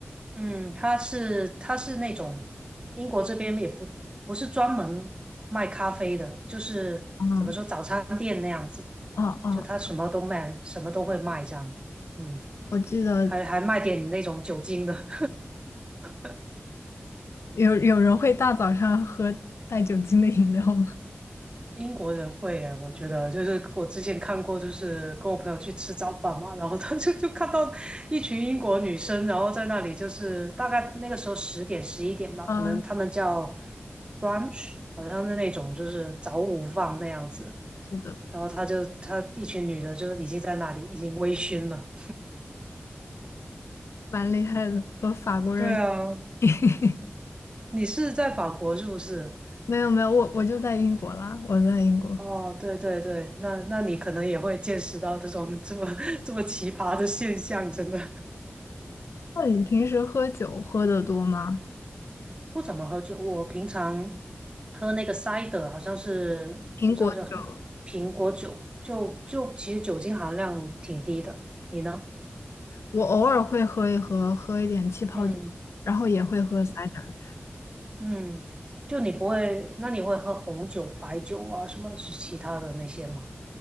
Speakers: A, on the right; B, on the left.
A: 嗯，它是它是那种英国这边也不不是专门卖咖啡的，就是怎么说早餐店那样子吧，
B: 啊哦哦，
A: 就它什么都卖，什么都会卖这样，嗯，
B: 我记得
A: 还还卖点那种酒精的。<laughs>
B: 有有人会大早上喝带酒精的饮料吗？
A: 英国人会耶，我觉得就是我之前看过，就是跟我朋友去吃早饭嘛，然后他就 <laughs> 就看到一群英国女生，然后在那里就是大概那个时候十点十一点吧，
B: <laughs> 嗯，
A: 可能他们叫 brunch，好像是那种就是早午饭那样子，
B: 是的，
A: 然后他就他一群女的，就是已经在那里已经微醺了。
B: 蛮厉害的，和法国人
A: 对啊，
B: <laughs>
A: 你是在法国是不是？
B: 没有没有，我我就在英国啦，我在英国。
A: 哦，对对对，那那你可能也会见识到这种这么 <laughs> 这么奇葩的现象，真的。
B: 那你平时喝酒喝的多吗？
A: 不怎么喝酒，我平常喝那个 cider 好像是不知道叫什么苹果酒，
B: 苹果酒，
A: 就就其实酒精含量挺低的。你呢？
B: 我偶尔会喝一喝，喝一点气泡酒，
A: 嗯
B: 然后也会喝 cider。
A: 嗯，就你不会，那你会喝红酒、白酒啊，什么是其他的那些吗？